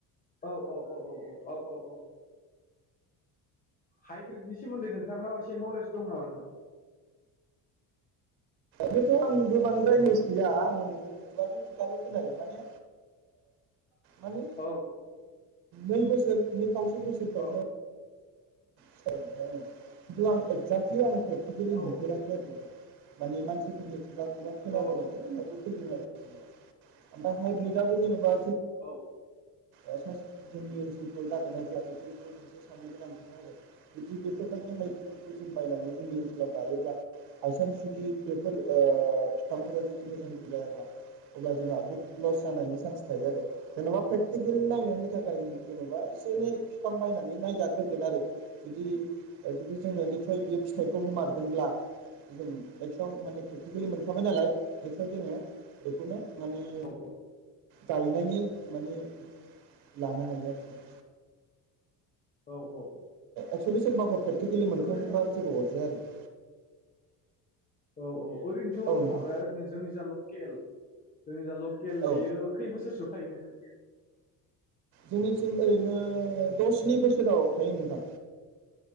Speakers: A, on the left; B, on the right.
A: औ औ हाइब्रिदनि सोमोन्दै नोंथांनाव एसे नलेज दं नामा नोंथां?
B: बेथ' आं गोबांद्राय नलेस
A: औ
B: गैया आं खुगाजों खुगाल' खोनायो माने। माने
A: औ
B: नै बोसोर नै खावसे बोसोरफ्रावनो
A: औ
B: फिथाइ नोंथां ओं खिन्थु आं एक्जेक्टलि आं प्रेकटिकेलि
A: औ
B: नुफेराखै आरो नोंथां माने मानसि। फोरनि खुगा खुगा खोनाबोनायजों
A: औ
B: उनावबो फैदों आरो जेनेबा ओमफ्राय हाइब्रिदाबो जेनेबा।
A: औ
B: <unintelligible> जोंनि ओनसोलफ्राव जागोन ना जाया बेफोरबो मोनसे साननो गोनां खोथा आरो बिदि बेफोरबायदि। बेहाय बेफोरखौ जों बायनानै जोंनि ओनसोलाव गायोब्ला। बायसान्स जुदि बेफोर ओ बिफांफ्रा मोजां जायाबा अब्ला जोंहा बहुथ लस जानायनि चान्स थायो आरो जेनेबा प्रेकटिकेल नायनो नि थाखाय जेन'बा एसे एनै बिफां बायनानै नायजाग्रोगोन आरो बिदि जुदि जों बिनिफ्राय बे फिथाइखौ हमारदोंब्ला जों नेक्स्टआव माने प्रेकटिकेलि मोनखाबाय नालाय नेक्स्टआव जोङो बेखौनो मानि
A: औ
B: गायनायनि माने लानो हायो आरोखि
A: औ औ औ
B: एक्सुलि सोरबाफोर प्रेकटिकेलि मोनखांदोंबा
A: जोंना
B: जेबो अरजाया आरो
A: औ औ ओरैनोथ'
B: औ नोंथां
A: माबाया ओरैनो जोंनि जा लकेल जोंनि जा ल केल
B: औ
A: बेयो खै बोसोरसोआव थायोनो
B: जोंनिथिं ओरैनो द' स्नि बोसोराव थायो नोंथां।